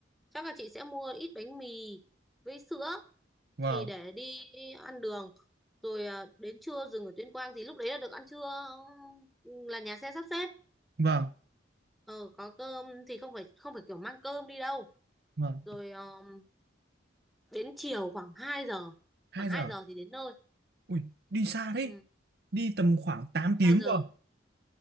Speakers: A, in the centre; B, on the right (about 55°).
A: chắc là chị sẽ mua ít bánh mì với sữa
B: vâng
A: thì để đi ăn đường rồi à, đến trưa dừng ở Tuyên Quang thì lúc đấy là được ăn trưa ừm, là nhà xe sắp xếp
B: vâng
A: ờ có cơm thì không phải không phải kiểu mang cơm đi đâu
B: vâng
A: rồi ờ, đến chiều khoảng hai giờ
B: hai
A: khoảng 2
B: giờ
A: giờ thì đến nơi
B: ui đi xa đấy
A: ừ,
B: đi tầm khoảng 8
A: 2
B: tiếng
A: 3 giờ
B: rồi